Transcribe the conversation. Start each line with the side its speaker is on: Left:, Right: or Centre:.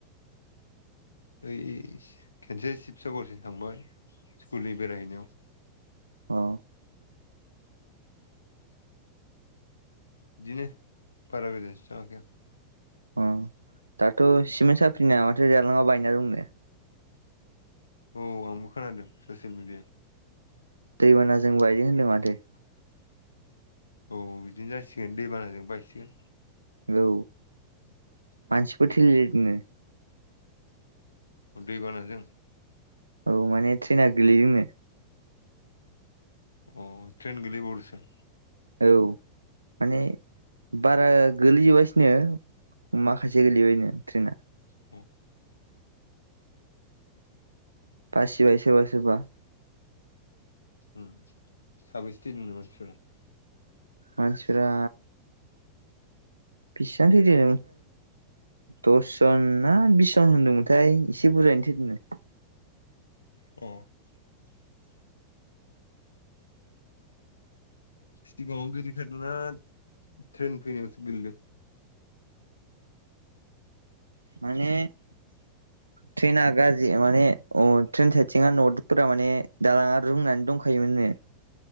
Left: बै खनसे शिबसागरसिम थांबाय स्कुलनि बेरायहैनायाव।
Right: औ।
Left: बिदिनो बारा गोजानसिम थाङाखै आं।
Right: अ दाथ' सिमेन्ट साफ्रि ना माथो दालाङाव बायना दंनो?
Left: औ आंबो खोनादों ससियेल मिडियाव।
Right: दैबानाजों बायदो होनदों माथो।
Left: औ बिदिनो जासिगोन दैबानाजों बायसिगोन।
Right: औ मानसिफोर थैलाय लायदोनो।
Left: अ दैबानाजों?
Right: औ माने ट्रेना गोलैदोंनो।
Left: अ ट्रेन गोलैबावदोसो?
Right: औ माने बारा गोलैजोबासिनो माखासे गोलैबायनो ट्रेना।
Left: अ
Right: बासिबाय सोरबा सोरबा
Left: उम साबैसे थैदोनो मानसिफ्रा?
Right: मानसिफोरा बेसां थैदो दसजन ना बिस जन
Left: अ सिगाङावनो गोलैखादों ना ट्रेन फैनायावसो गोलैदों?
Right: माने ट्रेना गाज्रि माने अ ट्रेन साइथिंआ नदफोरा माने दालाङा रूंनानै दंखायोमोन। नो